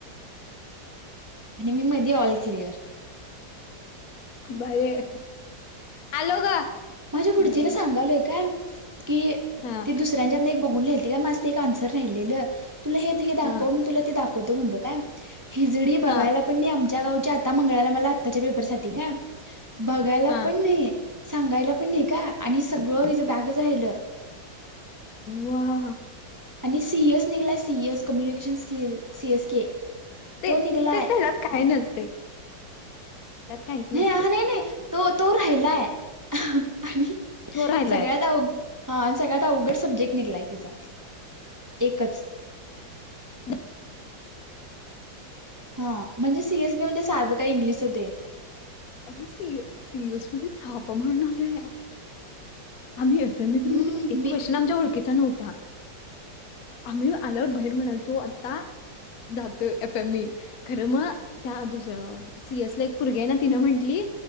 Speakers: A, on the right; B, on the left.
A: आणि मी मध्ये ऑल क्लिअर...
B: बरीय आलो ग...
A: माझ्या पुढचीला
B: नाही बाबा
A: सांगालोय काय.... किती
B: हा
A: दुसऱ्यांच्यात एक बघून लिहालती माझ एक आन्सर राहिलेलं.. तुला हे दाखव
B: हा
A: मी तुला ते दाखवतो म्हणलो काय हिजडी बघायला
B: हा
A: पण नाही... त्या गावच्या आता मंगळाल्या मला आताच्या पेपर साठी काय बघायला
B: हा
A: पण नाही सांगायला... पण नाही का आणि सगळं हं बॅकच राहिलं
B: वा
A: आणि सीईएस निघलाय सीईएस कम्युनिकेशन स्किल सीएस के...
B: ते
A: तो निघलाय
B: ते त्या त्यात काही नसते त्यात काहीच
A: नाही
B: नसते...
A: हा नाही नाही तो तो राहिलाय आणि
B: तो राहिलाय
A: सगळ्यात अ... हा आणि सगळ्यात अवघड सब्जेक्ट निघलाय तिचा एकच
B: ह <inaudible>
A: हा म्हणजे सीएस केे म्हणजे साधं का इंग्लिशच ते
B: अगं सी सीएस मध्ये थापा मारुन आलो या आम्ही एफमी
A: हम्म
B: तर म्हण एक
A: मी
B: क्वेशचन आमच्या ओळखीचा नव्हता आम्ही आल्यावर बाहेर म्हणालतो आता जात एफ एमई खरं मग त्या दुसरं सीएस ला एक पुरगे आहे ना तिनं म्हंटली